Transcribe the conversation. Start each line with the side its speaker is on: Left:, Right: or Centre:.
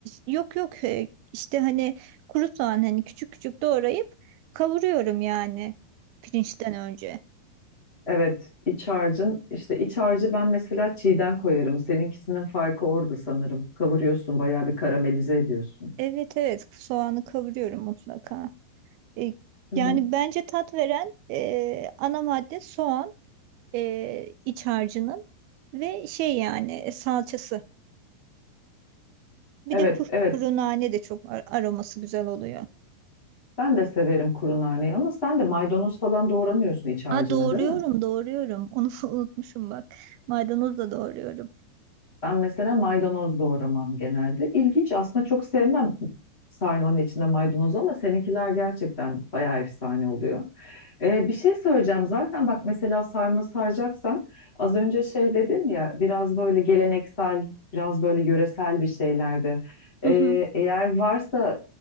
Right: yok yok e, işte hani kuru soğan hani küçük küçük doğrayıp kavuruyorum yani pirinçten önce.
Left: Evet, iç harcın işte iç harcı ben mesela çiğden koyarım. Seninkisinin farkı orada sanırım. Kavuruyorsun bayağı bir karamelize ediyorsun.
Right: Evet evet soğanı kavuruyorum mutlaka. E,
Left: Hı
Right: yani
Left: hı.
Right: bence tat veren e, ana madde soğan. e, iç harcının ve şey yani e, salçası. Bir
Left: Evet,
Right: de kuru,
Left: evet.
Right: kuru nane de çok ar- aroması güzel oluyor.
Left: Ben de severim kuru narneyi ama sen de maydanoz falan doğramıyorsun iç harcına,
Right: Aa doğruyorum
Left: değil mi?
Right: doğruyorum. Onu <laughs> unutmuşum bak. Maydanoz da doğruyorum.
Left: Ben mesela maydanoz doğramam genelde. İlginç aslında çok sevmem sarmanın içinde maydanoz ama seninkiler gerçekten bayağı efsane oluyor. Ee, bir şey söyleyeceğim zaten bak mesela sarma saracaksan az önce şey dedin ya biraz böyle geleneksel biraz böyle yöresel bir şeylerde.
Right: Hı
Left: Ee,
Right: hı.
Left: eğer varsa